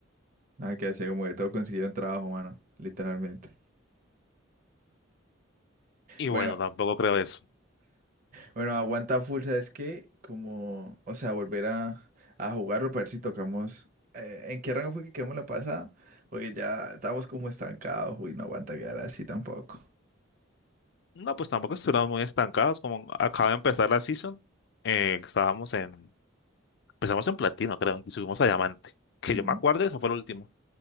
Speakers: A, on the right; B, on the left.
A: Nada que hacer, como que todos consiguieron trabajo, mano, literalmente.
B: Y
A: Bueno,
B: bueno, tampoco creo eso.
A: bueno, aguanta full, ¿sabes qué? Como, o sea, volver a, a jugarlo para ver si tocamos. eh, ¿en qué rango fue que quedamos la pasada? Porque ya estamos como estancados, uy, no aguanta quedar así tampoco.
B: No, pues tampoco estuvimos muy estancados, como acaba de empezar la season, eh, estábamos en, empezamos en platino, creo, y subimos a diamante, que
A: Ujú.
B: yo me acuerdo, eso fue lo último.